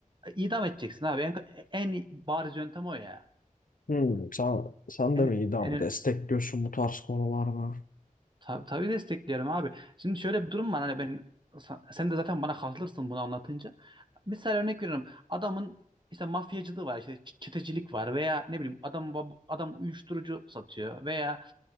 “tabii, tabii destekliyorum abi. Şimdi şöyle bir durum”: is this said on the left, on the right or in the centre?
Right